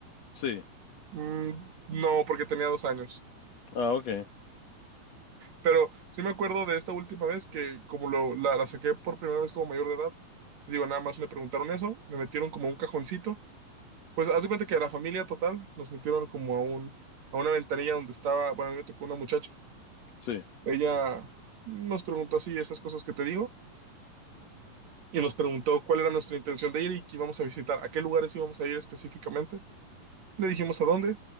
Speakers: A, on the left; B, on the right.
A: Sí.
B: Mm, no, porque tenía dos años.
A: Ah, ok.
B: Pero sí me acuerdo de esta última vez que como lo, la, la saqué por primera vez como mayor de edad, digo, nada más me preguntaron eso, me metieron como un cajoncito Pues haz de cuenta que a la familia total nos metieron como a un, a una ventanilla donde estaba, bueno, a mí me tocó una muchacha.
A: Sí.
B: Ella nos preguntó así esas cosas que te digo y nos preguntó cuál era nuestra intención de ir y qué íbamos a visitar, a qué lugares íbamos a ir específicamente. Le dijimos a dónde